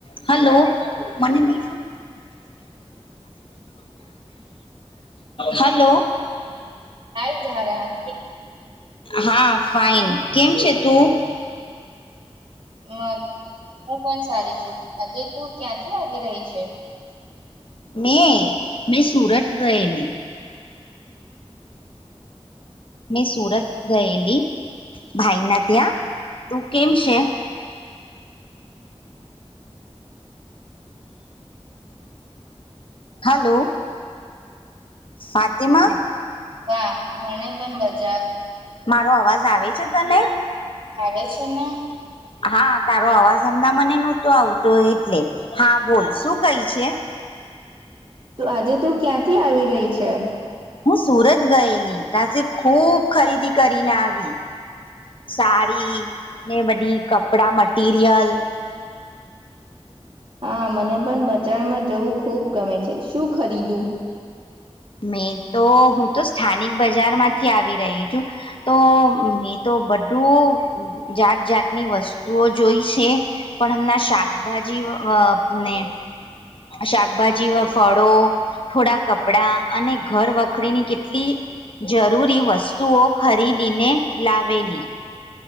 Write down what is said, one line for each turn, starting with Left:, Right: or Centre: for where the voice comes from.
Left: Hello મને નહી hello
Right: આ જાાર
Left: હા ફાઈન કેમ છે તું હ
Right: મ- હું પણ સારી છું આજે તું ક્યાંથી આવી રહી છે
Left: મે મેં સુરત ગયેલી મેં સુરત ગયેલી ભાઈના ત્યાં તું કેમ છે હલો ફતિમાં
Right: વા મને પણ બજાર
Left: મારો અવાજ આવે છે તને
Right: થાવે છે ને
Left: હા તારો અવાજ હમણાં મને નહતો આવતો એટલે હા બોલ શું કઈ છે
Right: તો આજે તું ક્યાંથી આવી રહી છે?
Left: હું સુરત ગયેલી તાથી ખૂબ ખરીદી કરીને આવી સાડી ને બધી કપડા મટીરિયલ
Right: હા મને પણ બજારમાં જવું ખુબ ગમે છે શું ખરીદું
Left: મેં તો હું તો સ્થાનિક બજારમાંથી આવી રહી છું તો મેં તો બધું જાત જાાતની વસ્તુઓ જોઈ છે પણ હમણાં શાકભાજી ને શાકભાજી ફળો થોડા કપડા અને ઘર વખરીની કેટલી જરૂરી વસ્તુઓ ખરીદીને લાવેલી.